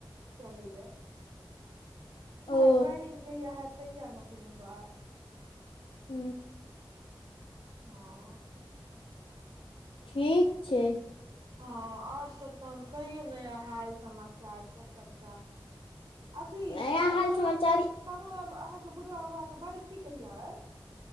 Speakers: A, on the right; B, on the left.
A: चलै य। पूरा
B: ओ
A: ज्वाइनिंग जहिया हेत तहिया ने कोनो बात।
B: हु।
A: हँ।
B: ठीक छै।
A: हँ आओर सब तहन कहियौ नया हाल समाचार सब सभटा। अथी
B: नया
A: कहलहु
B: हाल समाचार
A: कहलहु हैं अहाँके बुढ़बा बाबाक के बड़ की कहिया ऐ?